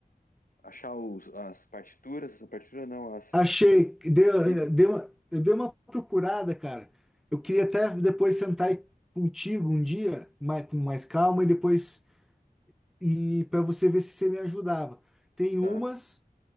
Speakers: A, on the left; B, in the centre.
A: Achar os, as partituras? A partitura não, as,
B: Achei, deu,
A: as cifras.
B: deu uma- eu dei uma procurada, cara. Eu queria até depois sentar aí contigo um dia, mais, com mais calma, e depois e para você ver se você me ajudava. Tem umas,
A: Tá.